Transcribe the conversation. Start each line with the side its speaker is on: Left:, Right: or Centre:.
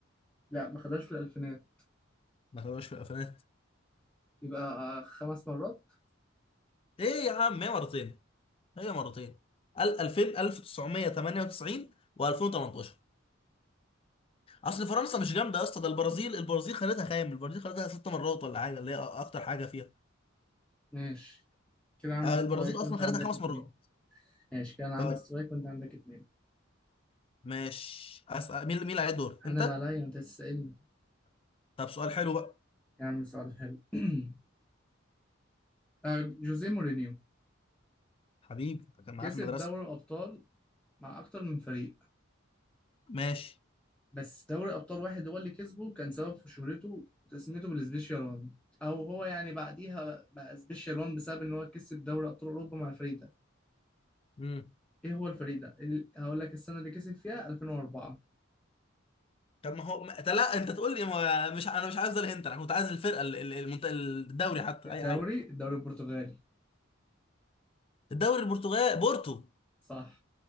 Centre: لا ما خدوهاش في الالفينات
Left: ما تابعوش في الالفينات
Centre: يبقى آه، خمس مرات
Left: ايه يا عم هي مرتين هي مرتين ال- 2000 1998 و2018 اصل فرنسا مش جامده يا اسطى ده البرازيل البرازيل خدتها خام البرازيل خدتها ست مرات ولا حاجه اللي هي اكتر حاجه فيها
Centre: ماشي كده عندي
Left: آه،
Centre: سترايك
Left: البرازيل اصلا
Centre: وانت
Left: خدتها
Centre: عندك
Left: خمس
Centre: اتنين
Left: مرات
Centre: ماشي كده انا عندي
Left: طيب
Centre: سترايك وانت عندك اتنين
Left: ماشي اسال مين مين اللي عليه الدور انت
Centre: انا اللي عليا انت تسألني
Left: طب سؤال حلو بقى
Centre: يا عم سؤال حلو <clears throat> آه، جوزيه مورينيو
Left: حبيبي ده كان معايا
Centre: كسب
Left: في المدرسه
Centre: دوري الأبطال مع أكتر من فريق
Left: ماشي
Centre: بس دوري أبطال واحد هو اللي كسبه كان سبب في شهرته وتسميته بالسبيشال وان أو هو يعني بعديها بقى سبيشال وان بسبب إن هو كسب دوري أبطال أوروبا مع الفريق ده
Left: امم
Centre: إيه هو الفريق ده؟ ال- هقول لك السنة اللي كسب فيها 2004
Left: طب ما هو ما... أنت- لا انت تقول لي ما... مش انا مش عايز الهنت انا كنت عايز الفرقه ال- ال- المنت... الدوري حتى
Centre: الدوري
Left: اي حاجه
Centre: الدوري البرتغالي
Left: الدوري البرتغال بورتو
Centre: صح